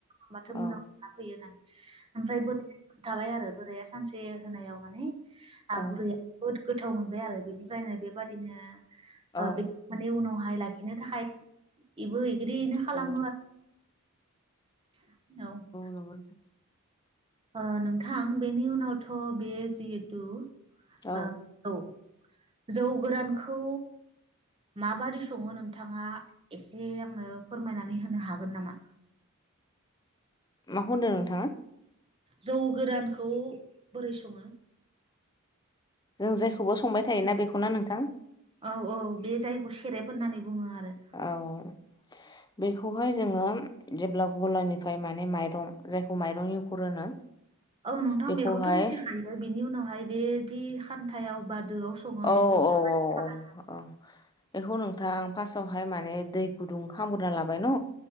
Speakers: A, on the right (about 25°); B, on the left (about 20°).
A: ओमबाथ
B: औ
A: मोजां मोनना फैयो होननानै ओमफ्राय बोरै थाबाय आरो बोराया सानसे होनायाव माने आ
B: औ
A: बुरैया गोथाव मोनबाय आरो बेनिफ्रायनो बेबादिनो
B: औ
A: बे माने उनावहाय लाखिनो थाखाय इबो बिदिनो खालामो
B: औ
A: आरो <unintelligible>
B: नंगौ
A: औ। नोंथां बेनि उनावथ बेयो जिहेथु।
B: औ
A: आ औ। जौ गोरानखौ माबादि सङो नोंथाङा एसे आंनो फोरमायनानै होनो हागोन नामा?
B: माखौ होन्दों नोंथाङा?
A: जौ गोरानखौ बोरै सङो?
B: जों जेखौबो संबाय थायोना बेखौना नोंथां।
A: औ औ बे जायगखौ सेरेब होननानै बुङो आरो। <unintelligible>
B: औ बेखौहाय जोङो जेब्ला गलानिफ्राय माने माइरं जायखौ माइरं एंखुर होनो।
A: औ नोंथां
B: बेखौहाय
A: बेखौथ मिथिखायो बिनि उनावहाय बेदि। थायाव बाद। दोआव सङो
B: औ
A: बेखौ माबायदि
B: औ
A: खालामो?
B: औ औ बेखौ नोंथां फार्स्टावहाय माने दै गुदुं खामग्रोना लाबाय न